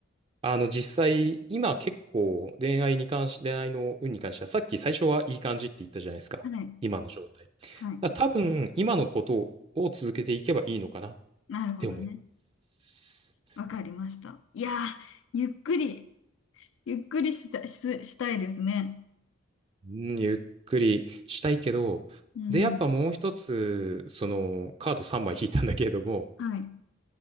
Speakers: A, on the right; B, on the left.
A: あの、実際、今結構恋愛に関し、恋愛の運に関しては、さっき最初はいい感じって言ったじゃないですか。
B: はい。
A: 今の状態。だから多分、
B: はい。
A: 今のことを続けていけばいいのかなっ
B: なるほどね。
A: て思います。
B: わかりました。いやー、ゆっくり、ゆっくりした、し、したいですね。
A: うん、ゆっくりしたいけど、
B: うん。
A: で、やっぱもう一つ、その、カード3枚引いたんだけれども、
B: はい。